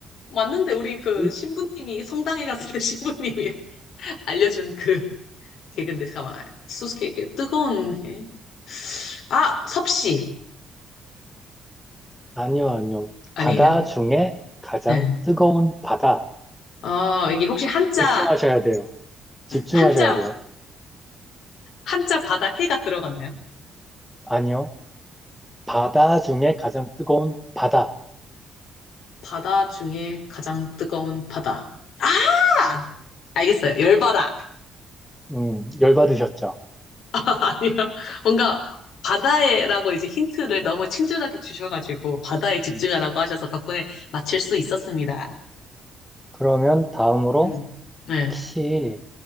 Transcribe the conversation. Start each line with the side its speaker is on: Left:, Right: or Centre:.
Left: 맞는데 우리 그
Centre: 일-
Left: 신부님이 성당에 갔을 때 신부님이 <laughs> 알려준 그 걔 근데 잠깐만 소스케이크 뜨거운 해. 아 섭씨
Centre: 아니요, 아니요.
Left: 아니에요?
Centre: 바다 중에 가장
Left: 네.
Centre: 뜨거운 바다.
Left: 어 이게 혹시 한자
Centre: 집중하셔야 돼요. 집중하셔야
Left: 한자
Centre: 돼요.
Left: 한자 바다 해가 들어가나요?
Centre: 아니요. 바다 중에 가장 뜨거운 바다.
Left: 바다 중에 가장 뜨거운 바다. 아 알겠어요. 열바다
Centre: 음, 열받으셨죠?
Left: <laughs> 아니요. 뭔가 바다에라고 이제 힌트를 너무 친절하게 주셔가지고 바다에 집중하라고
Centre: 음,
Left: 하셔서 덕분에 맞출 수 있었습니다.
Centre: 그러면 다음으로
Left: 음. 네.
Centre: 혹시